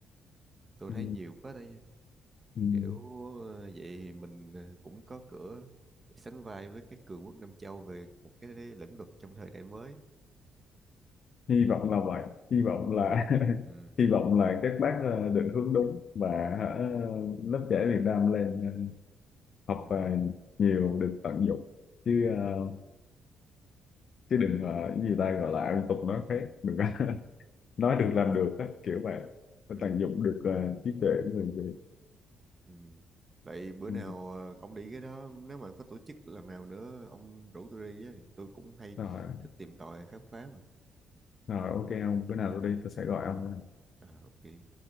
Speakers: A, on the right; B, on the left.
A: tôi
B: Ừ.
A: thấy nhiều phết đấy chứ.
B: Ừ.
A: kiểu ờ, vậy thì mình ờ, cũng có cửa để sánh vai với các cường quốc Nam Châu về một cái lĩnh vực trong thời đại mới
B: hy vọng là vậy hy vọng
A: ừ.
B: là
A: Ừ.
B: <laughs> hy vọng là các bác ờ, định hướng đúng và hả, lớp trẻ Việt Nam lên ờ,
A: Ừ.
B: học ờ, nhiều được tận dụng chứ ờ, chứ đừng ờ, cái gì ta gọi là ăn tục nói khác đừng có- <laughs> nói được làm được á, kiểu vậy Phải
A: Ừ.
B: tận dụng được ờ, trí tuệ của người Việt
A: Ừ. Vậy bữa
B: ừ.
A: nào ờ, ông đi cái đó nếu mà có tổ chức lần nào nữa ông rủ tôi đi với tôi cũng hay
B: rồi
A: thích tìm tòi khám phá mà
B: rồi ok ông bữa nào tôi đi tôi sẽ gọi ông
A: à, ok